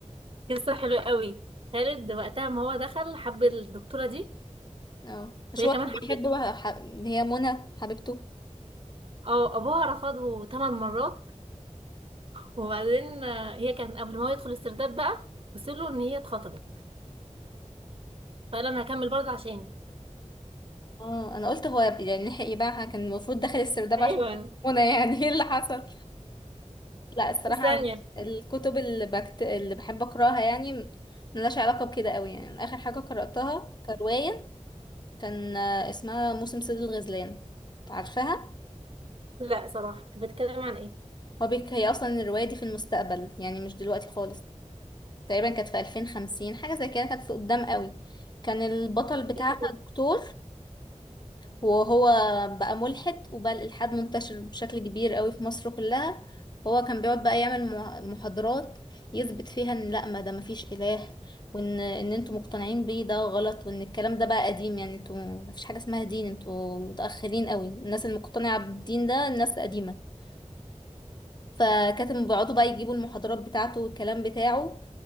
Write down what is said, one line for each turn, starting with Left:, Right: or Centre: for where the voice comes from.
Right: قصه حلوه قوي خالد وقتها ما هو دخل حب الدكتوره دي
Left: اه مش
Right: وهي
Left: هو
Right: كمان
Left: كان
Right: حبتها
Left: بيحب بقى ح- اللي هي منى حبيبته
Right: اه ابوها رفضه ثمان مرات وبعدين آه، هي كان قبل ما هو يدخل السرداب بقى وصل له ان هي اتخطبت فقال انا هكمل برضه عشاني
Left: اه انا قلت هو يعني لحق يبيعها كان المفروض داخل السرداب
Right: ايوه
Left: عشان خاطر منى يعني <laughs> ايه اللي حصل لا الصراحة
Right: <laughs> الثانيه
Left: الكتب اللي بكت... اللي بحب أقرأها يعني ملهاش علاقة بكده قوي يعني آخر حاجة قرأتها كرواية كان آه، اسمها موسم صيد الغزلان عارفاها؟
Right: لا صراحه كنت بتكلم عن
Left: هو بيك... هي أصلا الرواية دي في المستقبل يعني مش دلوقتي خالص تقريبا كانت في 2050 حاجة زي كده كانت في قدام قوي كان البطل بتاعها
Right: ايه
Left: دكتور وهو بقى ملحد وبقى الإلحاد منتشر بشكل كبير قوي في مصر كلها هو كان بيقعد بقى يعمل مع- محاضرات يثبت فيها ان لا ما ده مفيش إله وان ان انتوا مقتنعين بيه ده غلط وان الكلام ده بقى قديم يعني انتوا مفيش حاجة اسمها دين انتوا متأخرين قوي الناس المقتنعة بالدين ده الناس قديمة فكانت بيقعدوا بقى يجيبوا المحاضرات بتاعته والكلام بتاعه